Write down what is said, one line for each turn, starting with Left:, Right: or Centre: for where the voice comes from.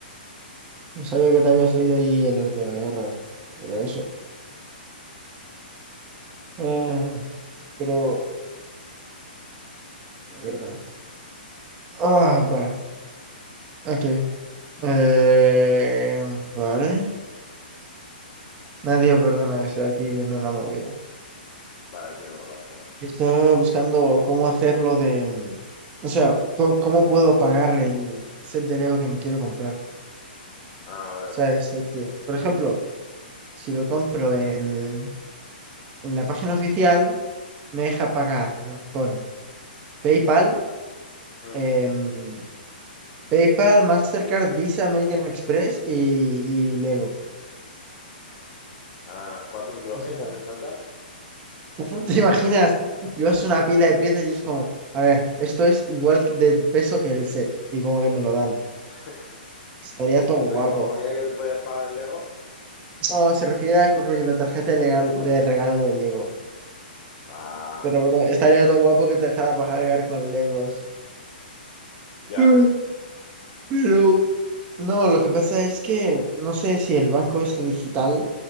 Right: No sabía que te habías leído ahí el arte de la guerra. Pero eso. Eh, pero, es verdad. Ah, vale. Ok. Eh, vale. Nadie, perdona, que estoy aquí viendo una movida.
Left: Vale, tío, no pasa nada.
Right: que estaba buscando cómo hacerlo de, mm, o sea, co- cómo puedo pagar el set de Lego que me quiero comprar.
Left: Ah, vale.
Right: ¿Sabes? El que, por ejemplo, si lo compro en, eh, en la página oficial, me deja pagar con PayPal,
Left: Hmm.
Right: em, PayPal, Mastercard, Visa, American Express y, y Lego.
Left: Ah, ¿cuántos bloques
Right: O sea,
Left: hacen falta?
Right: <laughs> ¿te imaginas? Llevas una pila de piezas y es como, a ver, esto es igual de peso que el set y como que me lo dan.
Left: <laughs>
Right: Estaría todo
Left: No
Right: guapo.
Left: sé cómo ponía que te podías pagar en Lego.
Right: No, se refiere a que rollo la tarjeta de, legal,
Left: Hmm.
Right: de regalo de Lego.
Left: Ah,
Right: Pero, bro,
Left: épico.
Right: estaría todo guapo que te dejara pagar con Legos.
Left: Ya,
Right: Mm, Pero, no, lo que pasa es que no sé si el banco este digital